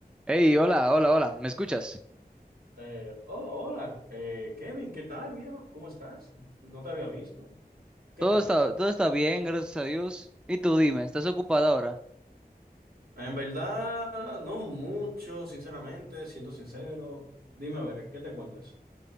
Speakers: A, in the centre; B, on the right (about 65°).
A: Hey, hola, hola, hola, ¿me escuchas?
B: Eh, oh, hola, eh, Kevin, ¿qué tal, viejo? ¿Cómo estás? No te había visto. ¿Qué
A: Todo
B: tal?
A: está, todo está bien, gracias a Dios. Y tú dime, ¿estás ocupada ahora?
B: En verdad, no mucho, sinceramente, siento sincero. Dime a ver, ¿qué te cuentas?